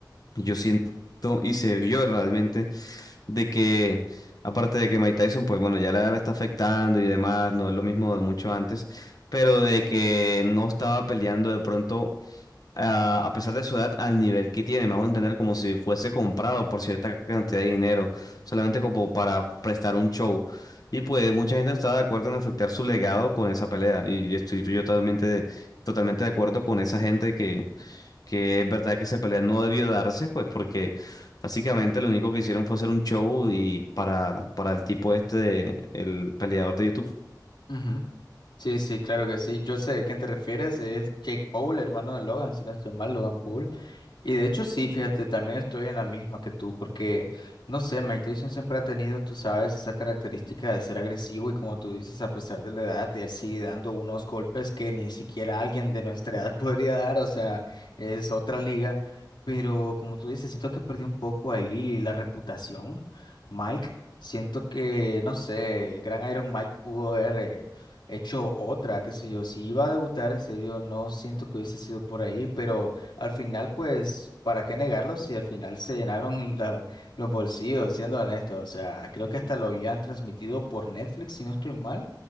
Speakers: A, on the left; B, on the left.
A: yo siento... y se vio realmente de que, aparte de que Mike Tyson, pues bueno, ya la edad la está afectando y demás, no es lo mismo de mucho antes, pero de que no estaba peleando de pronto, ah, a pesar de su edad, al nivel que tiene, me hago entender como si fuese comprado por cierta cantidad de dinero, solamente como para prestar un show. Y pues mucha gente no estaba de acuerdo en afectar su legado con esa pelea, y estoy yo totalmente, totalmente de acuerdo con esa gente que que es verdad que esa pelea no debió darse, pues porque básicamente lo único que hicieron fue hacer un show y para, para el tipo este, de- el peleador de YouTube.
B: ujú. Sí, sí, claro que sí. Yo sé de quién te refieres, es Jake Paul, hermano de Logan, si no estoy mal, Logan Paul. Y de hecho sí, fíjate, también estoy en la misma que tú, porque, no sé, Mike Tyson siempre ha tenido, tú sabes, esa característica de ser agresivo y como tú dices, a pesar de la edad, él sigue dando unos golpes que ni siquiera alguien de nuestra edad <laughs> podría dar, o sea, es otra liga, pero como tú dices, siento que perdió un poco ahí la reputación, Mike, siento que, no sé, el gran Iron Mike pudo haber... eh, Hecho otra, qué sé yo, si iba a debutar, en serio, no siento que hubiese sido por ahí, pero al final, pues, ¿para qué negarlo si al final se llenaron la- los bolsillos, siendo honestos? O sea, creo que hasta lo habían transmitido por Netflix, si no estoy mal.